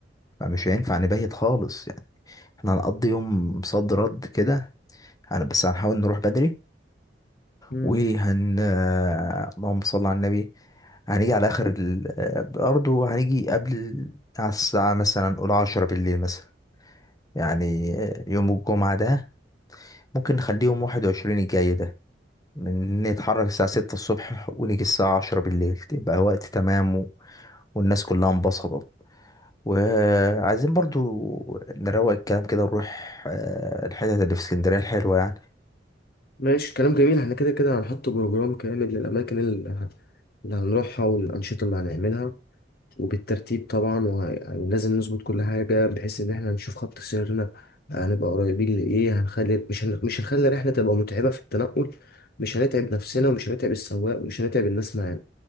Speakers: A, on the left (about 20°); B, on the left (about 60°).
A: فمش هينفع نبيت خالص يعني احنا هنقضي يوم صد رد كده هن- بس هنحاول نروح بدري
B: مم.
A: وهن آه، اللهم صل على النبي هنيجي على اخر ال... آه، برضه هنيجي قبل ال- على الساعة مثلا قول عشرة بالليل مثلا يعني آه، يوم الجمعة ده ممكن نخليهم واحد وعشرين الجاي ده من نتحرك الساعة ستة الصبح ونيجي الساعة عشرة بالليل يبقى وقت تمام والناس كلها انبسطت وعايزين برضو نروق الكلام كده ونروح آه، الحتت اللي في اسكندرية الحلوة يعني
B: ماشي كلام جميل احنا كده كده هنحط بروجرام كامل للأماكن اللي اللي هنروحها والأنشطة اللي هنعملها وبالترتيب طبعا ولازم نظبط كل حاجة بحيث إن إحنا هنشوف خط سيرنا هنبقى قريبين لإيه هنخلي مش هن... مش هنخلي الرحلة تبقى متعبة في التنقل مش هنتعب نفسنا ومش هنتعب السواق ومش هنتعب الناس معانا